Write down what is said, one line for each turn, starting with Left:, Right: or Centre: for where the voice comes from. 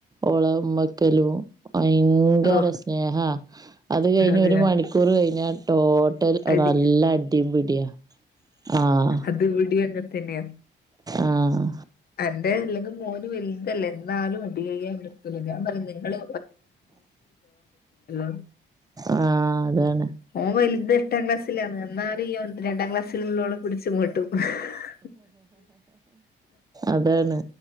Right: ഓള ഉമ്മവക്കലും ഭയങ്കര
Left: ഓ
Right: സ്നേഹാ അത് കഴിഞ്ഞ്
Left: അതെയ
Right: ഒരു മണിക്കൂർ കഴിഞ്ഞ ട്ടോ
Left: അടി
Right: നല്ല അടിയും പിടിയാ ആഹ്
Left: ഇത് ഇവിടെയും അങ്ങന തന്നെയ
Right: ആഹ്
Left: എന്റെ അല്ലെങ്കും മോന് വലുതല്ലെ എന്നാലും <unintelligible> ഞാൻ പറഞ്ഞ നിങ്ങള് <unintelligible>
Right: ആഹ് അതാണ്
Left: ഓൻ വലുത് എട്ടാം ക്ലാസ്സിലാണ് എന്നാ അറിയല്ലോ രണ്ടാം ക്ലാസ്സിൽലുള്ളോള പിടിച്ച് <unintelligible>
Right: അതാണ്